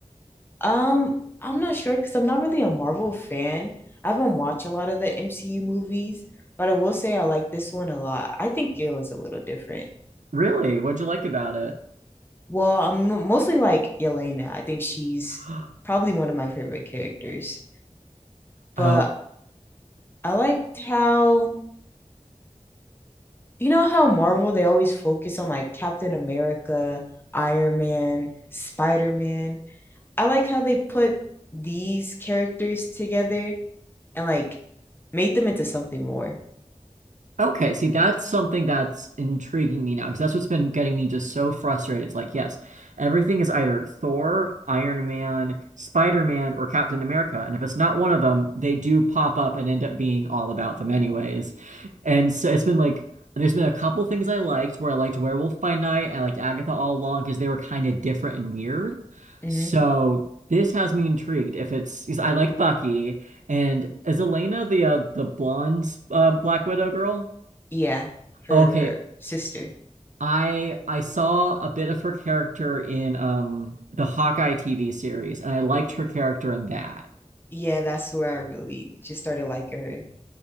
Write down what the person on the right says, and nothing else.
Really? What'd you like about it?
<gasps>
Oh,
Okay, see, that's something that's intriguing me now because that's what's been getting me just so frustrated. It's like, yes, everything is either Thor, Iron Man, Spider-Man, or Captain America. And if it's not one of them, they do pop up and end up being all about them anyways. And so it's been like, there's been a couple things I liked where I liked Werewolf by Night, I liked Agatha All Along because they were kind of different and weird.
So this has me intrigued. If it's, 'cause I like Bucky. And is Elena the uh, the blonde uh, Black Widow girl?
Okay,
I I saw a bit of her character in um the Hawkeye TV series, and I liked her character in that.